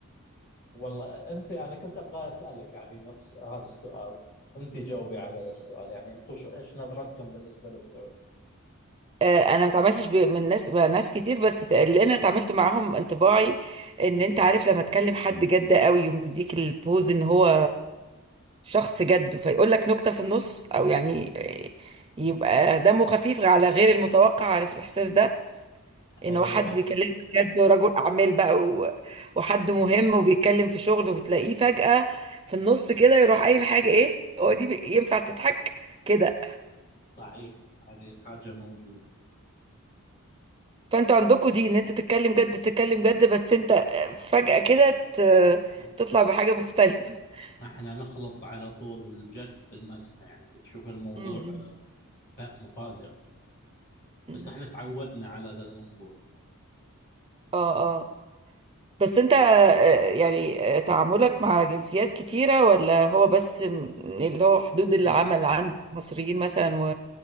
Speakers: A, on the left (about 45°); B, on the right (about 25°).
A: والله أنت أنا كنت أبغى أسألك يعني نفس هذا السؤال أنت جاوبي على السؤال يعني أنتم شو- إيش نظرتكم بالنسبة للسعودية؟
B: آه، انا ما اتعاملتش ب- من ناس مع ناس كتير بس ت- اللي انا اتعاملت معاهم انطباعي ان انت عارف لما تكلم حد جد قوي ومديك البوز ان هو شخص جد فيقول لك نكتة في النص او يعني آه، يبقى دمه خفيف على غير المتوقع عارف الاحساس ده ان
A: أيوه
B: هو حد بيكلمك جد ورجل اعمال بقى و... وحد مهم وبيتكلم في شغل وتلاقيه فجأة في النص كده يروح قايل حاجة ايه هو دي ب- ينفع تضحك كده
A: صحيح هذه الحاجة موجودة
B: فانتوا عندكم دي ان انتوا تتكلم جد تتكلم جد بس انت فجأة كده ت...
A: آه.
B: تطلع بحاجة مختلفة <laughs>
A: احنا نخلط على طول الجد بالمزح يعني بتشوف الموضوع
B: م- م-
A: آه، مفاجأ
B: م.
A: بس احنا تعودنا على ذا الموضوع
B: اه اه بس انت آه، يعني آه، تعاملك مع جنسيات كتيرة ولا هو بس م- اللي هو حدود العمل
A: لا
B: عندك مصريين مثلا و...